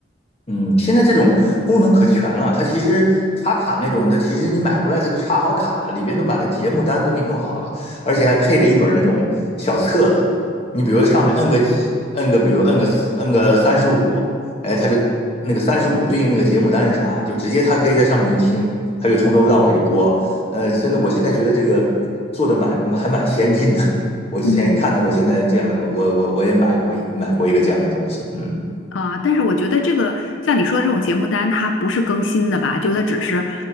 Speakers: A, on the left; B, on the left.
A: 嗯，现在这种功能可全了，它其实插卡那种，它其实你买回来它就插好卡了，里边都把那节目单都给你弄好了，而且还配着一本那种小册子。你比如说上面摁个几，摁个比如说摁个摁个三十五，哎，它就那个三十五对应那个节目单是啥，就直接它可以在上面去听，它就从头到尾就播。呃，真的，我现在觉得这个做的蛮还蛮先进的。<laughs> 我之前看到过现在这样的，
B: 嗯。
A: 我我我也买过买过一个这样的东西，嗯
B: 啊，但是我觉得这个像你说的这种节目单，它不是更新的吧？就它只是，